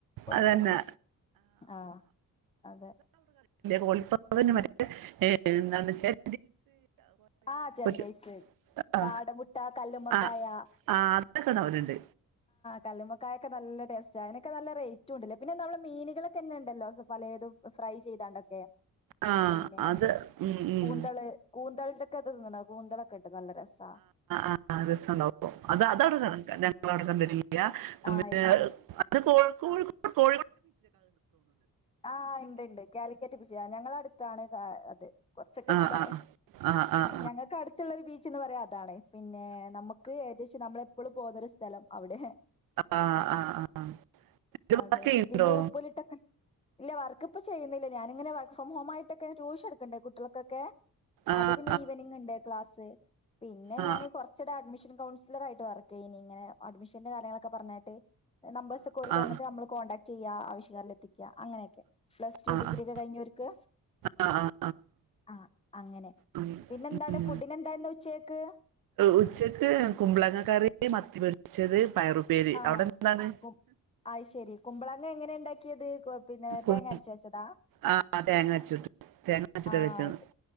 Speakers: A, on the left; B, on the right.
A: പൊരിച്ചത്
B: അതന്നെ
A: ആ അതെ
B: കോളിഫ്ലവറിൻ്റെ മറ്റേ എന്താ വച്ചാല്
A: ആഹ് ചെരണ്ടൈസ്
B: <unintelligible> <inaudible> ആ
A: കാടമുട്ട കല്ലുമ്മക്കായ
B: ആ ആ അത് എടുകണവരൊണ്ട്
A: കല്ലുമക്കായൊക്കെ നല്ല ടേസ്റ്റാ അതിനൊക്കെ നല്ല റേറ്റുണ്ടലെ പിന്നെ ഞമ്മളെ മീനുകളൊക്കെന്നെ ഉണ്ടല്ലോ പലേതും ഫ്രൈ ചെയ്തണ്ടൊക്കെ
B: ആ
A: പിന്നെ
B: അത് ഉം, ഉം,
A: കൂന്തള് കൂ ന്തളട്ടൊക്കെ ഇത് തിന്നണ് കൂന്തളൊക്കെ ഇട്ട് നല്ല രസ
B: ആ രസം ഉണ്ടാവും അപ്പം അത് അതവിടെ <unintelligible> ഞങ്ങളവിടെ കണ്ടിട്ടില്ല പിന്നെ
A: ആഹ് ഇല്ല
B: അത് കോ <inaudible> കോഴി <inaudible> കോഴോ
A: ആ ഇണ്ട് ഇണ്ട് കാലിക്കറ്റ് <inaudible> ഞങ്ങളടുത്താണ് ആ അതെ കുറച്ചൊക്കെ
B: ആ
A: അടുത്താണ്
B: ആ ആ ആ ആ
A: ഞങ്ങൾക്ക് അടുത്തുള്ളൊരു ബീച്ച് ച്ചെന്ന് പറയാ അതാണ് പിന്നെ നമുക്ക് ഏകദേശം നമ്മള് എപ്പളും പോകുന്നൊരു സ്ഥലം അവിടെ
B: ആ ആ ആ ഇത് വർക്ക്
A: അതെ
B: ചെയ്യുന്നുണ്ടോ
A: പിന്നെ ഉപ്പിലിട്ടൊക്കെ ഇല്ല വർ വർക്ക് ഇപ്പോ ചെയ്യുന്നില്ല ഞാനിങ്ങനെ വർക്ക് ഫ്രം ഹോം ആയിട്ടൊക്കെ ട്യൂഷൻ എടുക്ക്ണ്ട് കുട്ടികൾക്കൊക്കെ
B: ആ
A: അത് പിന്നെ ഈവനിംഗ് ഉണ്ട് ക്ലാസ് പിന്നെ
B: ആ
A: ഞാന് കുറച്ചു നേരം അഡ്മിഷൻ കൗൺസിൽ സിലർ ആയിട്ട് വർക്ക് ചെയ്നി ഇങ്ങനെ അഡ്മിഷന്റെ കാര്യങ്ങളൊക്കെ പറഞ്ഞട്ട് നമ്പേഴസ് ഒക്കെ ഓര്
B: ആ
A: തന്നിട്ട് നമ്മൾ കോണ്ടാക്റ്റ് ചെയ്യ യ്യാ ആവശ്യക്കാരില് എത്തിക്ക അങ്ങനെയൊക്കെ പ്ലസ് ടു
B: ആ ആ
A: ഡിഗ്രി ഒക്കെ കഴിഞ്ഞവർക്ക്
B: ആ ആ
A: ആ അങ്ങനെ
B: ഉം,
A: പിന്നെ എന്താണ്
B: ഉം.
A: ഫുഡിനു എന്താ ഇന്ന് ഉച്ചക്ക്
B: ഉച്ചക്ക് കുമ്പളങ്ങ കറി മത്തി പൊരിച്ചത് പയറുപ്പേരി
A: ആ
B: അവിടെ എന്താണ്
A: കു അയ്ശരി കുമ്പളങ്ങ എങ്ങനാ ഇണ്ടാക്കിയത് കു പിന്നെ
B: കു-
A: തേങ്ങ അരച്ച് വെച്ചതാ
B: ആ തേങ്ങ വെച്ചിട്ട് തേങ്ങ വെച്ചിട്ട്
A: ആ
B: വെച്ചത്
A: അതെ